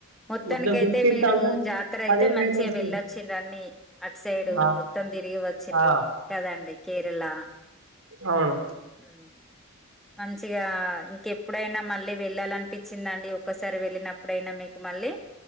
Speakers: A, in the centre; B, on the right (about 65°).
A: మొత్తానికి
B: మొత్తం
A: అయితే,
B: ఫిఫ్టీన్
A: మీరు
B: థౌసండ్
A: జాతర
B: పదిహేను
A: అయితే మంచిగా
B: వేలు వచ్చినాయి
A: వెళ్ళొచ్చింరు. అన్ని అటు సైడు
B: ఆ
A: మొత్తం తిరిగి వచ్చిన్ర
B: ఆ
A: కదండి. కేరళ
B: అవును
A: ఉమ్ మంచిగా ఇంకెప్పుడైనా మళ్ళీ వెళ్ళాలనిపించిందండి. ఒక్కసారి వెళ్ళినప్పుడు ఎప్పుడైనా, మీకు మళ్ళీ